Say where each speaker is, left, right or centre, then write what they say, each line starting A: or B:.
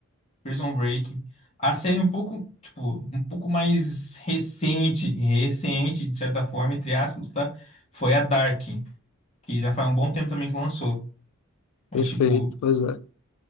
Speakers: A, on the left; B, on the left.
A: Prison Break. A série um pouco, tipo, um pouco mais recente, recente, de certa forma, entre aspas, tá? Foi a Dark. que já faz um bom tempo também que lançou. Mas,
B: perfeito,
A: tipo,
B: pois é.